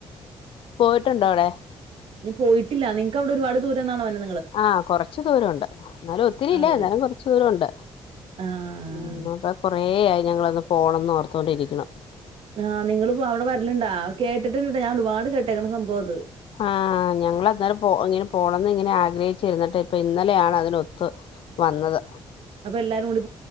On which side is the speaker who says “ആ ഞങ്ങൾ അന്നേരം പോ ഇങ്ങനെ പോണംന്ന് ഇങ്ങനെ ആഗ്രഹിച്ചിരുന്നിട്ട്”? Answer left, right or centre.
Left